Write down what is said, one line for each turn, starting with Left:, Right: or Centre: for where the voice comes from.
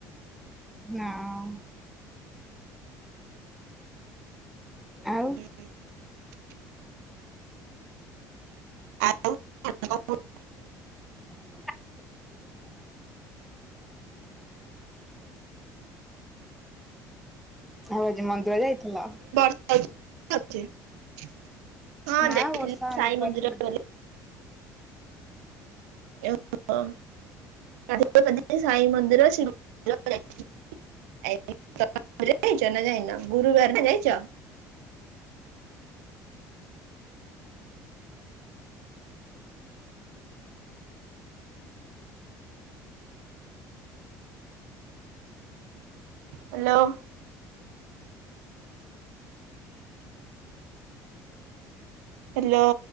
Centre: ନାଁ। ଆଉ।
Right: <inaudible> <unintelligible>
Centre: <inaudible> ଆଉ ଆଜି ମନ୍ଦିର ଯାଇଥିଲ।
Right: <unintelligible> ହଁ
Centre: ନା
Right: ଯାଇଥିଲି
Centre: ବର୍ଷା
Right: ସାଇ
Centre: ହେଇନି ଖରା
Right: ମନ୍ଦିର ଗଲି। <unintelligible> <unintelligible> ହ୍ୟାଲୋ। ହ୍ୟାଲୋ।